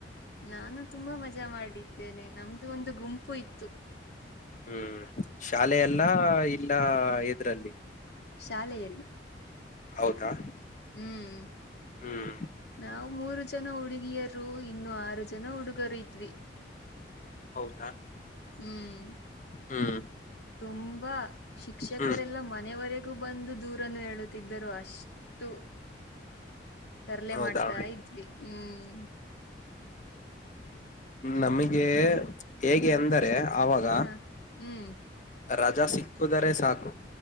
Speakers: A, on the left; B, on the left.
A: ನಾನು ತುಂಬಾ ಮಜಾ ಮಾಡಿದ್ದೇನೆ ನಮ್ದು ಒಂದು ಗುಂಪು ಆಯ್ತು
B: ಹ್ಮ್ ಶಾಲೆ ಎಲ್ಲಾ ಎಲ್ಲಾ ಇದ್ರಲ್ಲಿ
A: ಶಾಲೆಯಲ್ಲಿ
B: ಹೌದಾ
A: ಹ್ಮ್
B: ಹ್ಮ್
A: ನಾವು ಮೂರು ಜನ ಹುಡುಗಿಯರು ಇನ್ನುೂ ಆರು ಜನ ಹುಡುಗರು ಇದ್ವಿ
B: ಹೌದಾ
A: ಹ್ಮ್
B: ಹ್ಮ್
A: ತುಂಬಾ ಶಿಕ್ಷಕರೆಲ್ಲಾ
B: ಹ್ಮ್
A: ಮನೆಯವರೆ ಬಂದು ದೂರನ್ನು ಹೇಳುತ್ತಿದ್ದರು ಅಷ್ಟು ತರ್ಲೆೇ
B: ಹೌದಾ
A: ಮಾಡ್ತಾ ಇದ್ವಿ ಹ್ಮ್
B: ನಮಗೆ ಹೇಗೆ
A: ಹ
B: ಅಂದರೆ ಆವಾಗ
A: ಹ ಹ್ಮ್
B: ರಜಾ ಸಿಕ್ಕುದರೆ ಸಾಕು